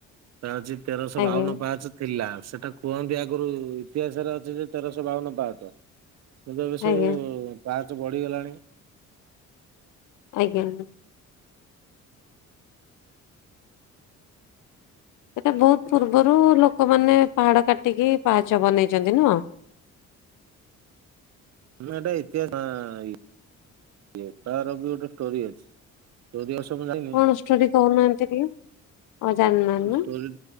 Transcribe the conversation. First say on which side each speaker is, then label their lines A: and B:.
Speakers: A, on the right; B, on the left.
A: ତା ଅଛି ତେରଶହ
B: ଆଜ୍ଞା
A: ବାଉନ ପାହାଚ ଥିଲା ସେଟା କୁହନ୍ତି ଆଗରୁ ଇତିହାସରେ ଅଛି ଯେ ତେରଶହ ବାଉନ ପାହାଚ। କିନ୍ତ ଏବେ ସବୁ
B: ଆଜ୍ଞା
A: ପାହାଚ ବଢିଗଲାଣି।
B: ଆଜ୍ଞା। ସେ ତ ବହୁତ ପୂର୍ବରୁ ଲୋକମାନେ ପାହାଡ କାଟିକି ପାହାଚ ବନେଇଚନ୍ତି ନୁହଁ?
A: ଆମ ଏଟା ଇତିହାସ ତା ଇ- ଏଟାର ବି ଗୋଟେ ଷ୍ଟୋରି ଅଛି। କପିଳାସ ମୁଁ ଯାଇନି।
B: କଣ ଷ୍ଟୋରି କହୁନାହାନ୍ତି ଟିକେ ଆଉ ଜାଣିନାହାନ୍ତି
A: ସେ ଷ୍ଟୋରି